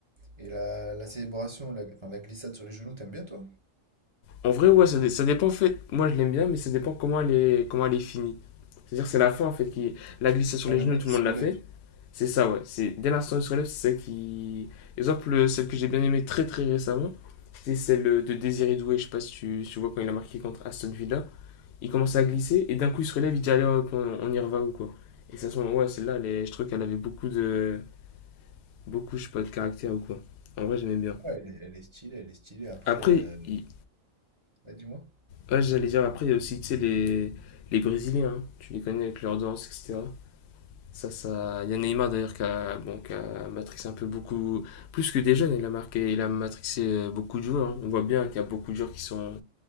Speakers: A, on the right; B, on the left.
A: Et la, la célébration, la, enfin, la glissade sur les genoux, t'aimes bien, toi?
B: En vrai, ouais, ça, dé- ça dépend en fait. Moi, je l'aime bien, mais ça dépend comment elle est, comment elle est finie. C'est-à-dire, c'est la fin en fait qui. La glissade sur
A: Quand
B: les
A: le
B: genoux,
A: mec,
B: tout
A: il
B: le
A: se
B: monde
A: relève.
B: l'a fait. C'est ça, ouais. C'est dès l'instant où il se relève, c'est ça qui. Exemple, celle que j'ai bien aimée très très récemment, c'était celle euh, de Désiré Doué. Je sais pas si tu, si tu vois quand il a marqué contre Aston Villa. Il commence à
A: Hmm.
B: glisser et d'un coup il se relève, il dit allez hop, on, on y reva ou quoi. Et ça, se ouais, celle-là, elle est- je trouve qu'elle avait beaucoup de. Beaucoup, je sais pas, de caractère ou quoi. En vrai, j'aimais bien.
A: Ouais, elle est, elle est stylée, elle est stylée. Après,
B: Après,
A: euh,
B: il-
A: ah, dis-moi.
B: Ouais, j'allais dire après, il y a aussi, tu sais, les, les Brésiliens, hein. tu les connais avec leur danse, etc. Ça, ça... Il y a Neymar d'ailleurs qui a, bon, qui a matrixé un peu beaucoup, plus que des jeunes, il a marqué, il a matrixé euh, beaucoup de joueurs. hein. On voit bien qu'il y a beaucoup de joueurs qui sont,